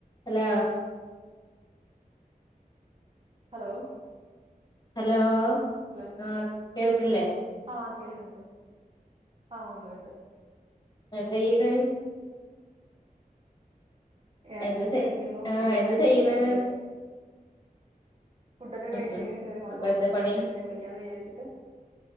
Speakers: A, on the left (about 25°); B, on the right (about 40°).
A: Hello
B: hello
A: hello
B: hello
A: ആഹ കേൾക്കല്ലേ
B: ആഹ് കേൾക്കുന്നുണ്ട് ആഹ് ഉണ്ട് ഉണ്ട്
A: എവിടെന്നോ
B: ഏ
A: എന്താ
B: ചുമ്മാ
A: ചെയ്
B: ഇരിക്കുന്നു
A: ആ
B: ഫുഡൊക്കെ
A: എന്താ
B: കഴിഞ്ഞിട്ട്
A: ചെയ്യണ്
B: ഇങ്ങനെ കേറി ഫുഡൊക്കെ കഴിഞ്ഞിട്ട്
A: ഉം ഉം
B: ഇങ്ങനെ കറി വന്നള്ളു
A: എന്താ
B: അപ്പൊ
A: പണി
B: എല്ലാരും വിളിക്കാന്ന് വിചാരിച്ചിട്ട്